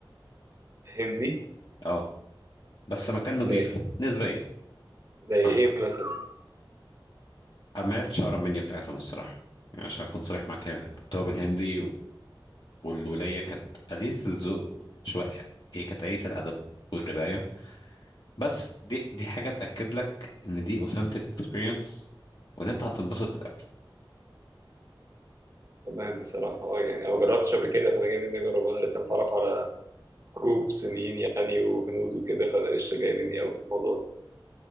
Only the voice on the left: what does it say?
اه بس مكان
نظيف نسبيا
عشان
ما عرفتش اقرا المنيو بتاعتهم الصراحه يعني عشان اكون صريح معاك هي كانت مكتوبه بالهندي والولاية كانت قليلة الذوق شوية هي كانت قليلة الأدب والرباية بس دي دي حاجة تأكد لك إن دي authentic experience وإن أنت هتنبسط بالأكل